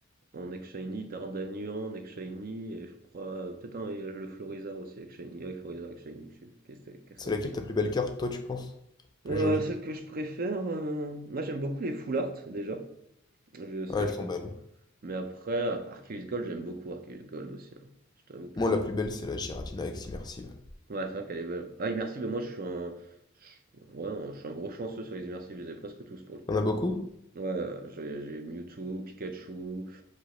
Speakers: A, on the right; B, on the left.
A: en ex Shiny, Dardanian en ex Shiny, et je crois, euh, peut-être un, il y a le Florizarre aussi avec Shiny. Ah oui, Florizarre avec Shiny que j'ai eu, qui est, qui est sorti
B: C'est laquelle
A: là.
B: ta plus belle carte, toi, tu penses? Plus
A: Euh,
B: jolie?
A: celle que je préfère, euh, moi j'aime beaucoup les full art déjà, je sais,
B: Ah, elles
A: je
B: sont
A: pense.
B: belles.
A: Mais après, Arceus Gold, j'aime beaucoup Arceus Gold aussi. hein. Je t'avoue que
B: Moi, la plus belle, c'est la Giratina Ex-Immersive.
A: Ouais, c'est vrai qu'elle est belle. Ah, immersive, moi je suis un. je- Ouais, un- je suis un gros chanceux sur les immersives, je les ai presque tous pour le coup.
B: T'en as beaucoup?
A: Ouais, euh, j'ai j'ai Mewtwo, Pikachu,